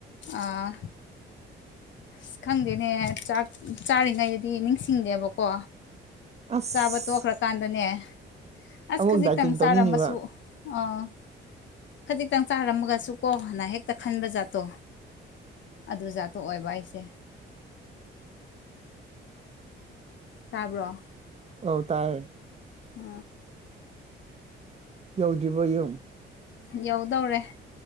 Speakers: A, on the left (about 70°); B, on the right (about 35°).
A: ꯑ ꯑꯁ ꯈꯪꯗꯦꯅꯦ ꯆꯥꯛ ꯆꯥꯔꯤꯉꯩꯗꯗꯤ ꯅꯤꯡꯁꯤꯡꯗꯦꯕꯀꯣ
B: ꯑꯁ
A: ꯆꯥꯕ ꯇꯣꯛꯈ꯭ꯔꯀꯥꯟꯗꯅꯦ ꯑꯁ
B: ꯑꯃꯨꯛ
A: ꯈꯖꯤꯛꯇꯪ
B: ꯗꯥꯏꯇꯤꯡ
A: ꯆꯥꯔꯝꯃꯁꯨ
B: ꯇꯧꯅꯤꯡꯉꯤꯕ
A: ꯑꯣ ꯈꯖꯤꯛꯇꯪ ꯆꯥꯔꯝꯃꯒꯁꯨ ꯀꯣ ꯍꯅ ꯍꯦꯛꯇ ꯈꯟꯕ ꯖꯥꯠꯇꯣ ꯑꯗꯨꯖꯥꯠꯇꯣ ꯑꯣꯏꯕ ꯑꯩꯁꯦ ꯇꯥꯕ꯭ꯔꯣ
B: ꯍ ꯇꯥꯏ
A: ꯑ
B: ꯌꯧꯗ꯭ꯔꯤꯕ ꯌꯨꯝ
A: ꯌꯧꯗꯧꯔꯦ